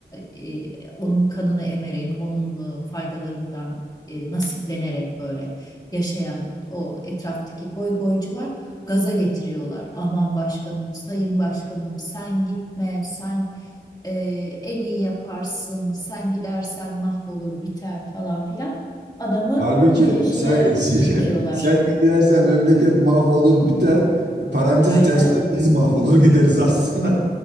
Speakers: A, on the left (about 20°); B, on the right (about 75°).
A: e, e, onun kanını emerek onun e, faydalarından e, nasiplenerek böyle yaşayan o etraftaki goygoycular gaza getiriyorlar. Aman başkanım, sayın başkanım sen gitme, sen e, en iyi yaparsın, sen gidersen mahvolur biter falan filan. Adamı
B: Halbuki
A: e, şeye
B: sen <laughs>
A: çekiyorlar
B: sen gidersen memleket mahvolur biter. Parantez
A: aynen
B: içerisinde biz mahvolur gideriz aslında.